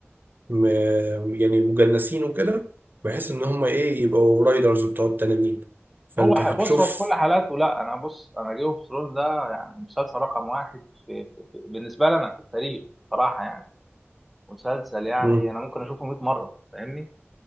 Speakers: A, on the right; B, in the centre.
A: م- يعني مجنسين وكده بحيث ان هم ايه يبقوا رايدرز بتوع التنانين فانت
B: هو ح-
A: هتشوف
B: بص هو في كل حالاته لا انا بص انا جيم اوف ثرونز ده يعني مسلسل رقم واحد في... في... في... بالنسبة لنا في التاريخ صراحة يعني مسلسل يعني
A: مم.
B: انا ممكن اشوفه 100 مرة فاهمني